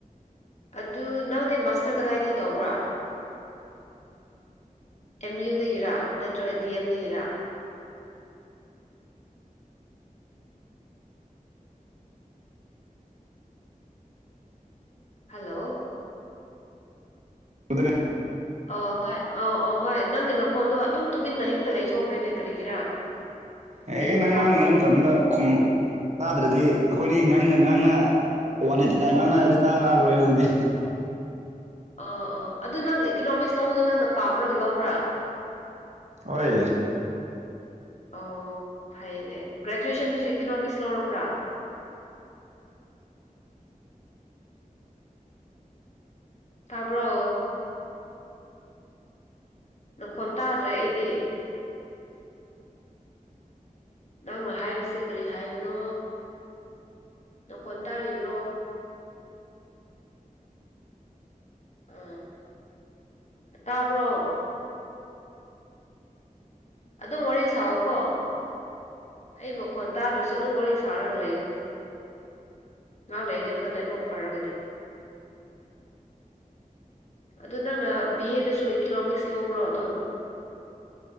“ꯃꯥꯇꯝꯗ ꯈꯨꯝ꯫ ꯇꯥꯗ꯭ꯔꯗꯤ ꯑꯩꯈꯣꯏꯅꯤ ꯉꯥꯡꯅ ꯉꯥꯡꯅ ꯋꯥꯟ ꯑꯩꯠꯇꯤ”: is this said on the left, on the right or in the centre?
Right